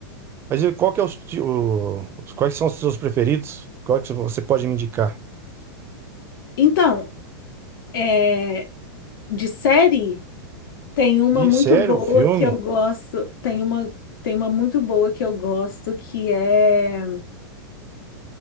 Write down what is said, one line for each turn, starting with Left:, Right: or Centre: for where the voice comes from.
Right: mas eu- qual que é os, ti- o- os- quais são os seus preferidos? Qual que você pode me indicar?
Left: Então, é, de série, tem uma
Right: E
Left: muito
Right: sério,
Left: boa
Right: o filme?
Left: que eu gosto. Tem uma, tem uma muito boa que eu gosto que é.